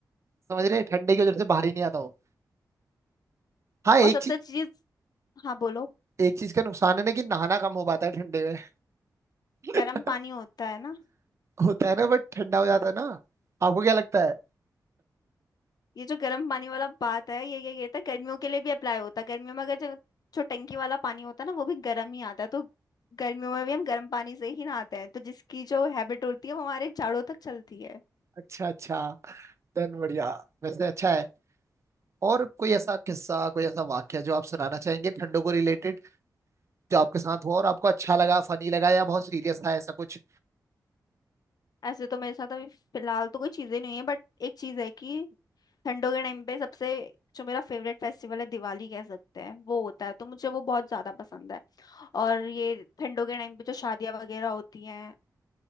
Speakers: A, on the right; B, on the left.
A: समझ रहे हैं? ठंडे की वजह से बाहर ही नहीं आता हूँ हाँ एक
B: और सबसे
A: चीज
B: अच्छी चीज हाँ बोलो
A: एक चीज का नुकसान है ना कि नहाना कम हो पाता है ठंडे में <laughs>
B: गर्म पानी होता है ना
A: होता है ना बट ठंडा हो जाता है ना आपको क्या लगता है
B: ये जो गर्म पानी वाला बात है ये ये ये था गर्मियों के लिए भी अप्लाई होता है गर्मियों में अगर जो जो टंकी वाला पानी होता है ना वो भी गर्म ही आता है तो गर्मियों में भी हम गर्म पानी से ही नहाते हैं तो जिसकी जो हैबिट होती है वो हमारे जाड़ों तक चलती है
A: अच्छा अच्छा देन बढ़िया वैसे अच्छा है और कोई ऐसा किस्सा कोई ऐसा वाक्य जो आप सुनाना चाहेंगे ठंडों को रिलेटेड जो आपके साथ हुआ और आपको अच्छा लगा फनी लगा या बहुत सीरियस था ऐसा कुछ
B: ऐसे तो मेरे साथ अभी फिलहाल तो कोई चीजें नहीं है बट एक चीज है कि ठंडों के टाइम पे सबसे जो मेरा फेवरेट फेस्टिवल है दिवाली कह सकते हैं वो होता है तो मुझे वो बहुत ज्यादा पसंद है और ये ठंडों के टाइम पे जो शादियां वगैरह होती हैं